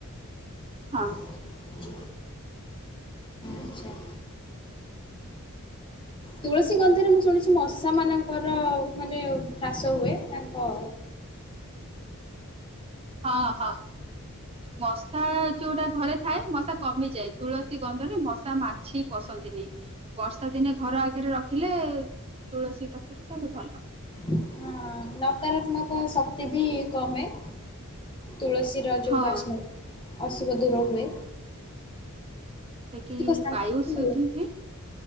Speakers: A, on the right; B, on the left.
A: ହଁ।
B: <inaudible> ଆଛା। ତୁଳସୀ ଗନ୍ଧରେ ମୁଁ ଶୁଣିଛି ମଶାମାନଙ୍କର ମାନେ ହ୍ରାସ ହୁଏ ତାଙ୍କ
A: ହଁ ହଁ ମଶା ଯୋଉଟା ଘରେ ଥାଏ ମଶା କମିଯାଏ ତୁଳସୀ ଗନ୍ଧରେ ମଶା ମାଛି ପଶନ୍ତି ନି। ବର୍ଷା ଦିନେ ଘର ଆଗେରେ ରଖିଲେ ତୁଳସୀ ପତ୍ର ତାହେଲେ ଭଲ।
B: ହଁ। ନକାରାତ୍ମକ ଶକ୍ତି ବି କମେ। ତୁଳସୀର ଯୋଉ
A: ହଁ
B: ବାସ୍ନାରେ
A: ଏଟା କିି
B: ଶାନ୍ତି
A: ବାୟୁ
B: ବି
A: ସୁଦ୍ଧି
B: ମିଳେ।
A: ହୁଏ?